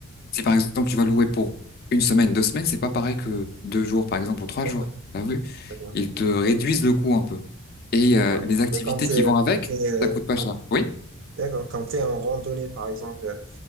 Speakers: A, on the left; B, on the right.
A: Si par exemple tu vas louer pour une semaine, deux semaines, c'est pas pareil que deux jours, par exemple, ou trois
B: d'accord.
A: jours. T'as vu?
B: Très bien.
A: Ils te réduisent le coût un peu. Et
B: Mais
A: euh,
B: quand,
A: les activités
B: mais quand t'es,
A: qui vont avec,
B: quand t'es, euh,
A: ça coûte pas
B: quand,
A: cher. Oui?
B: d'accord, quand t'es en randonnée, par exemple,